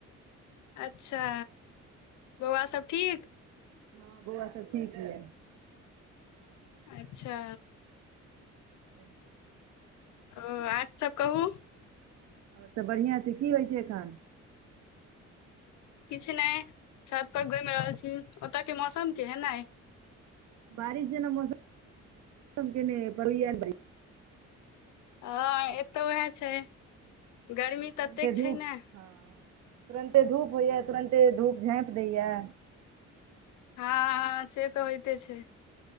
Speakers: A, on the left; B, on the right.
A: अच्छा बौआ सब ठीक
B: हँ बौआ सब ठीक छै
A: अच्छा
B: <unintelligible>
A: ओ आर सब कहू
B: आ तऽ बढ़िआँ छै की होइ छै एखन
A: किछु नइ छत पर घुमि रहल छी ओतऽ के मौसम केेहन अइ
B: बारिश जेना मौसम केने अइ परैअ नइ
A: हँ एतौ उएह छै गर्मी
B: तुरन्ते
A: ततेक
B: धूप
A: छै न
B: हँ तुरन्ते धूप होइया तुरन्ते धूप झाँपि दैया।
A: हँ हँ से तऽ होइते छैय